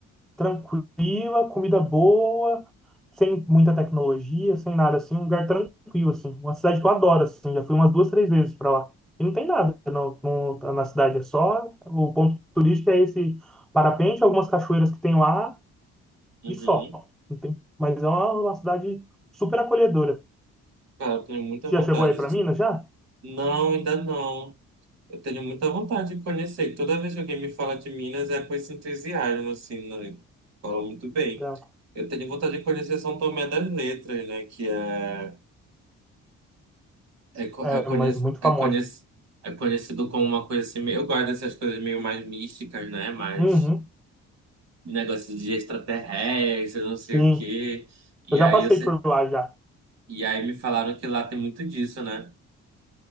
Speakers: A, in the centre; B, on the right.
A: tranquila, comida boa, sem muita tecnologia, sem nada, assim, um lugar tranquilo, assim. Uma cidade que eu adoro, assim, já fui umas duas, três vezes para lá. E não tem nada não, não- na cidade, é só... O ponto turístico é esse parapente, algumas cachoeiras que tem lá
B: Uhum.
A: e só. Não tem, mas é uma, uma cidade super acolhedora.
B: Cara, eu tenho muita
A: Já
B: vontade.
A: chegou aí para
B: Tipo,
A: Minas já?
B: não, ainda não. Eu tenho muita vontade de conhecer. Toda vez que alguém me fala de Minas, é com esse entusiasmo, assim, né? Fala muito bem.
A: Já.
B: Eu tenho vontade de conhecer São Tomé das Letras, né? Que é, é, co-
A: É
B: é, conhec,
A: mu- muito
B: é,
A: famoso.
B: conhec, é conhecido como uma coisa assim. meio- Eu gosto dessas coisas meio mais místicas, né? Mais
A: Uhum,
B: negócio de extraterrestre, não sei
A: sim.
B: o quê. E
A: Eu já
B: aí,
A: passei
B: eu, se-
A: por lá já.
B: e aí me falaram que lá tem muito disso, né?